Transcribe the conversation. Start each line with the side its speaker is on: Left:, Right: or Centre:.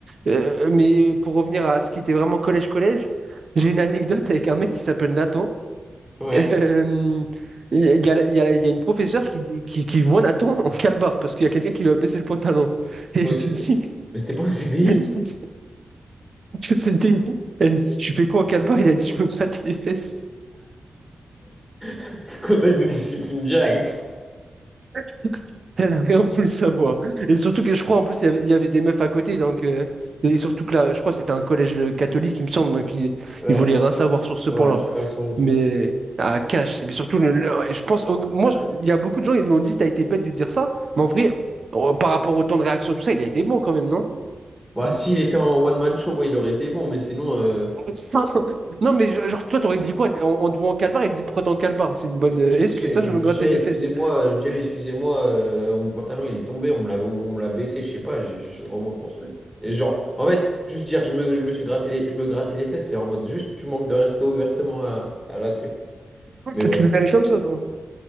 Right: Euh, mais pour revenir à ce qui était vraiment collège-collège, j'ai une anecdote avec un mec qui s'appelle Nathan.
Centre: Ouais,
Right: Euh, Il y a, il y a- il y a- une professeure qui, dit- qui, qui voit Nathan en calbar parce qu'il y a quelqu'un qui lui a baissé le pantalon. Et elle
Centre: Au CC.
Right: lui dit,
Centre: Mais c'était pas au CDI?
Right: elle lui dit <laughs> que c'était. Elle lui dit, Tu fais quoi en calbar? Il a dit, je me gratte les fesses.
Centre: <laughs> Conseil de discipline directe.
Right: <laughs> Elle a rien voulu savoir. Et surtout que je crois en plus, il y avait, il y avait des meufs à côté. Donc, euh, et surtout que là, je crois que c'était un collège euh, catholique, il me semble. Donc, ils
Centre: ouais,
Right: il voulaient rien savoir sur ce
Centre: ouais,
Right: point-là.
Centre: je parle sur les trucs.
Right: Mais à cash, mais surtout, le- le- et je pense, au- moi, je- il y a beaucoup de gens, ils m'ont dit, t'as été bête de dire ça, mais en vrai, euh, par rapport au temps de réaction, tout ça, il a été bon quand même, non?
Centre: Bah, s'il était en one-man show, ouais, il aurait été bon, mais sinon, euh,
Right: <laughs> Non, mais je- genre, toi, t'aurais dit quoi? T'es- On, on te voit en calbar, il te dit, pourquoi t'es en calbar? C'est une bonne euh,
Centre: Je
Right: excuse,
Centre: dis,
Right: ça, je me grattais
Centre: je dis, excusez-moi,
Right: les fesses.
Centre: je dis, excusez-moi, euh, mon pantalon il est tombé, on me l'a, on me l'a baissé, je sais pas, je, je remonte mon truc. Et genre, en fait, juste dire, je me, je me suis gratté les, je me grattais les fesses, c'est en mode juste, tu manques de respect ouvertement à, à la truc. Mais
Right: Tu
Centre: bref,
Right: tu le verrais comme ça, genre.